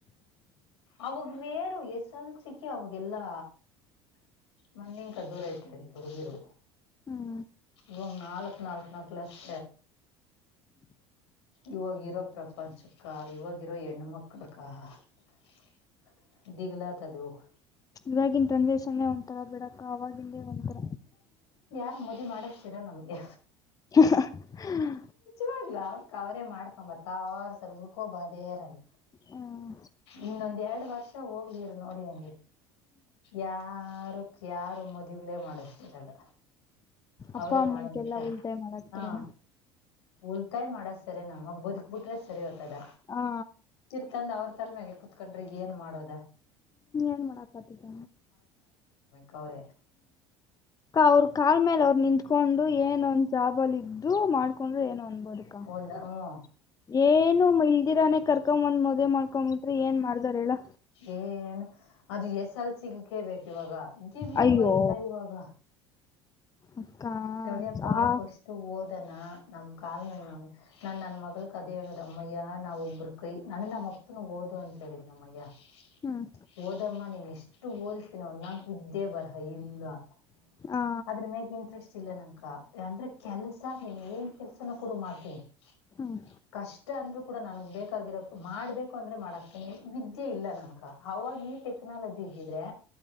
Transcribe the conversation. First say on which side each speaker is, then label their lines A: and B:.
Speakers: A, on the left (about 75°); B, on the left (about 25°).
A: ಅವಗ್ರೇರು ಎಸ್ ಎಲ್ ಸಿಕ ಅವಾಗೆಲ್ಲಾ. ಮನ್ನಿನ್ಕ ದೂರ ಐತೀ ದುಡುಗಿರು
B: ಹ್ಮ್
A: ಇವಗ್ ನಾಲ್ಕ್ ನಾಲ್ಕು ಮಕ್ಳ ಎಸ್ ಇವವಾಗಿರೋ ಪ್ರಪಂಚಕ್ಕ ಇವಾಗಿವಾಗಿರೋ ಹೆಣ್ಣು ಮಕ್ಳಕ್ಕ <unintelligible> ದಿಗಿಲಾತಧೋಗ್
B: ಇವಾಗಿನ್ ಜನರೇಶನ್ನೇ ಒಂಥರ ಬಿಡಕ ಅವಾಗಿಂದೆ ಒಂಥರ.
A: ನ ಮದಿ ಮಾಡಕ್ತೀರ ನಮಗೆ
B: <inaudible> ಹ ಹ
A: ವಾಗ್ಲ ಅವ್ರಕ ಅವರೇ ಮಾಡ್ಕೊಂಬತ್ತ ಇರ್ತಾರಾ ಉಡ್ಕೊಬದೇರಲ್ಲ.
B: ಹ್ಮ್
A: ಇನ್ನೊಂದ್ ಎರಡ್ ವರ್ಷ ಹೋಗ್ಲಿರು ನೋಡಿ ಹೆಂಗೆ ಯಾರಕ್ ಯಾರು ಮದ್ವಿಗಳೇ ಮಾಡಿಸತರಿಲ್ಲಾ ಅವ್ರೆ
B: ಅಪ್ಪ ಅಮ್ಮಂಗೆಲ್ಲ
A: ಮಾಡ್ಯಾರ್ ಮತ್ತ
B: ಉಳಿತಾಯ ಮಾಡಾಕ್ತಾರೆನ
A: ಹಾ ಉಲ್ತಾಯ ಮಾಡದ ಸರಿನಮ್ಮ ಬದುಕ್ ಬಿಟ್ರೆ ಸರಿ ಹೋತದ
B: ಹಾ
A: ತಿನ್ಕಂಡ್ ಅವ್ರ ತಲ್ಮೆಗೆ ಕುೂತ್ಕೊಂಡ್ರಿ ಏನು ಮಾಡೋದ
B: ನೀ ಮಾಡಕತ್ತಿದ್ದ
A: ಕೌರೆ
B: ಅವರು ಕಾಲ್ ಮೇಲೆ ಅವ್ರರು ನಿಂತ್ಕೊಂಡು ಏನೊಂದ್ ಜಾಬಲ್ ಇದ್ದು ಮಾಡ್ಕೊಂಡ್ರೆ ಏನ ಒಂದ್ <unintelligible>
A: ಒಂದ ಹ್ಮ್
B: ಏನು ಮ ಇದಿರಾನೇ ಕರ್ಕೊಬಂದ ಮದ್ವೆ ಮಾಡ್ಕೊಂಡ್ಂಬಿಟ್ರ ಏನ್ ಮಾಡ್ದಾರ ಹೇಳು
A: ಏ ಅದು ಎಸಲ್ಸಿಗ್ಲಿಕೇ ಬೇಕ್ ಇವಾಗ. ದಿದನ
B: ಅಯ್ಯೋ
A: ಬೈಲ್ಲ ಇವಾಗ
B: ಅಕ್ಕ
A: ತಡ್ಯಪ್ಪ
B: ಆ
A: ಫಸ್ಟ್ ಓದನಾ ನಮ್ ಕಾಲ ಮೇಲ್ ನಾನ್ ನನ್ ಮಗಳ್ ಕದೆ ಹೇಳುದಮ್ಮಯ್ಯ ನಾವ ಒಬ್ಬ್ರ ಕೈ ನಾನ ನಮ್ಮ ಅಪ್ಪನು ಓದು ಅಂತ ಹೇಳಿದ್ ನಮ್ಮಯ್ಯ. <unintelligible>
B: ಹ್ಮ್
A: ಓದಮ್ಮ ನೀನ್ ಎಷ್ಟು ಓದಿಸ್ತೀನ ಅನ್ನಂಕ ವಿದ್ದೆ ಬರಹ ಇಲ್ಲ <unintelligible>
B: ಆ
A: ಅದ್ರಮ್ಯಾಗ ಇಂಟ್ರೆಸ್ಟ್ ಇಲ್ಲ ನಕ ಅಂದ್ರೆ ಕೆಲ್ಸ ನ್ ಕೆಲ್ಸನ ಕೂಡ ಮಾಡ್ತೀನಿ <unintelligible>
B: ಹ್ಮ್
A: ಕಷ್ಟ ಅಂದ್ರೂನು ಕೂಡ ನನಗ್ ಬೇಕಾಗಿರೋ ಮಾಡ್ಬೇಕು ಅಂದ್ರೆ ಮಾಡಾಕ್ತನಿ ವಿದ್ಯೆ ಇಲ್ಲ ನಕ ಅವಾಗ ಈ ಟೆಕ್ನಾಲಜಿ ಇದ್ದದ್ದರೆ,